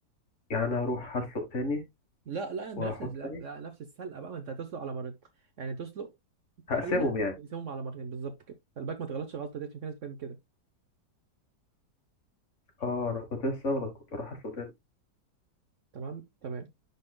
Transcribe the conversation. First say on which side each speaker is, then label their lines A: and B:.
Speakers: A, on the left; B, on the right.
A: يعني انا هروح هسلق تاني
B: لا لا بنفس
A: واحط
B: لا
A: تاني
B: لا، نفس السلقه بقى ما انت هتسلق على مرتين يعني تسلق حله
A: هقسمهم يعني
B: تقسمهم على مرتين بالظبط كده خلي بالك ما تغلطش غلطه دي عشان في ناس بتعمل كده
A: اه انا كنت لسه اغلط كنت اروح هسلق تاني
B: تمام تمام